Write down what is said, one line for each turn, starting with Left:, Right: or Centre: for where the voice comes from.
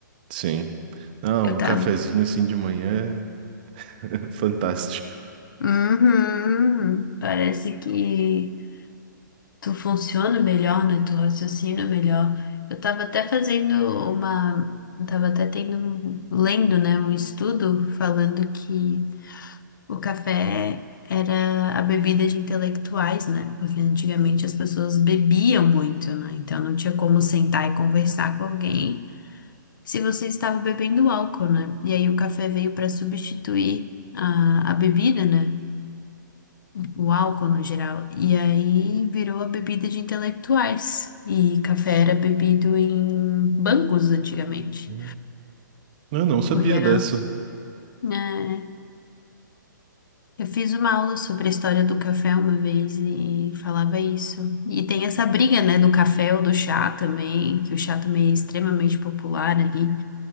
Right: Sim. Não,
Left: Eu
Right: um
Left: tava.
Right: cafezinho assim de manhã, é <laughs> fantástico.
Left: Uhum. Parece que Tu funciona melhor, né? Tu raciocina melhor. Eu tava até fazendo uma. Eu tava até tendo. um- Lendo, né? Um estudo falando que o café era a bebida de intelectuais, né? Porque antigamente as pessoas bebiam muito, né? Então não tinha como sentar e conversar com alguém se você estava bebendo álcool, né? E aí o café veio para substituir a, a bebida, né? o álcool no geral. E aí virou a bebida de intelectuais. E café era bebido em bancos antigamente.
Right: Hum. Eu não sabia
Left: Porque era.
Right: dessa.
Left: né, Eu fiz uma aula sobre a história do café uma vez e falava isso. E tem essa briga, né, do café ou do chá também, que o chá também é extremamente popular ali.